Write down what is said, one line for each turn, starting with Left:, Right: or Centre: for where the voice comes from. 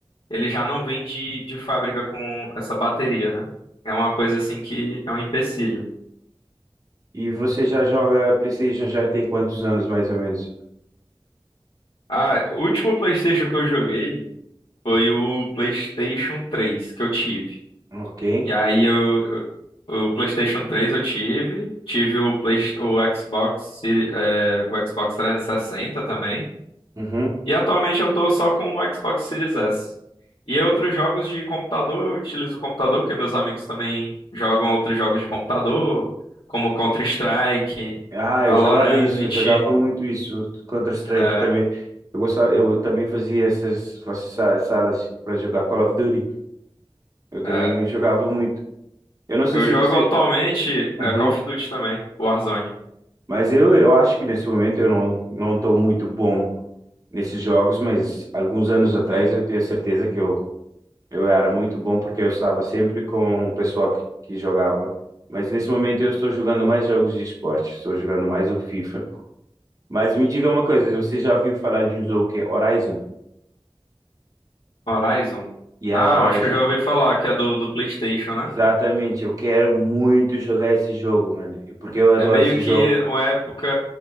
Left: Ele já não vem de, de fábrica com essa bateria, né? É uma coisa assim que é um empecilho.
Right: E você já joga PlayStation já tem quantos anos, mais ou menos?
Left: Ah, o último PlayStation que eu joguei foi o PlayStation 3 que eu tive.
Right: Ok.
Left: E aí eu, eu- o PlayStation 3 eu tive, tive o, Play, o Xbox, Seri- é, o Xbox trezentos e sessenta também.
Right: Uhum.
Left: E atualmente eu tô só com o Xbox Series S. E outros jogos de computador, eu utilizo o computador porque meus amigos também jogam outros jogos de computador, como Counter-Strike,
Right: Ah,
Left: Valorant.
Right: eu jogava isso, eu jogava muito isso, Counter-Strike
Left: É,
Right: também. Eu gostava, eu também fazia essas, essas sa- salas para jogar Call of Duty. Eu também
Left: é.
Right: jogava muito. Eu não sei
Left: Eu
Right: se
Left: jogo
Right: você.
Left: atualmente
Right: Uhum.
Left: é, Call of Duty também, Warzone.
Right: Mas eu, eu acho que nesse momento eu não, não estou muito bom nesses jogos, mas alguns anos atrás
Left: Sim.
Right: eu tenho certeza que eu Eu era muito bom porque eu estava sempre com o pessoal que, que jogava. Mas nesse momento eu estou jogando mais jogos de esporte, estou jogando mais o FIFA. Mas me diga uma coisa, você já ouviu falar de um jogo que é Horizon?
Left: Horizon.
Right: Yeah,
Left: Ah,
Right: Horizon.
Left: eu acho que eu já ouvi falar que é do, do PlayStation, né?
Right: Exatamente, eu quero muito jogar esse jogo, mano, porque eu adoro
Left: É meio
Right: esse
Left: que
Right: jogo.
Left: uma época